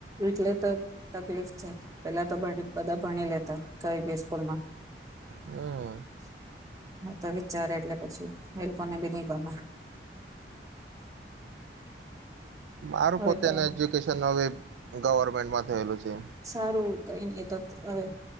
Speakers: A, on the right; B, on the right.
A: એટલે તો તકલીફ છે પેલા તો બધા ભ ભણી લેતા. તોય <unintelligible>
B: હમ
A: હા તો વિચારે એટલે પછી એ લોકોને બી ની ગમે.
B: મારું
A: હવે
B: પોતેનું
A: તો
B: એજ્યુકેશન હવે ગવર્મેન્ટમાં થયેલું છે.
A: સારું કઈ ની તો હવે